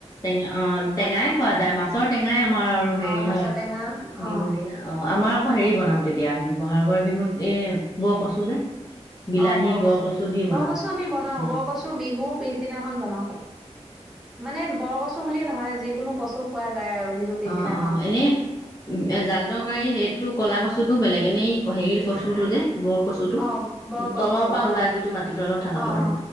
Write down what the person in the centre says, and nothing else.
অ মাছৰ
টেঙা অ
অ বৰকচু,
বৰকচু আমি বনাও
বৰকচু বিহু পিছ। দিনাখন বনাও, মানে বৰকচু বুলিয়ে নহয় যিকোনো কচু খোৱা যায় আৰু। বিহু পিছদিনাখন
অ বৰকচুটো
অ
অ
অ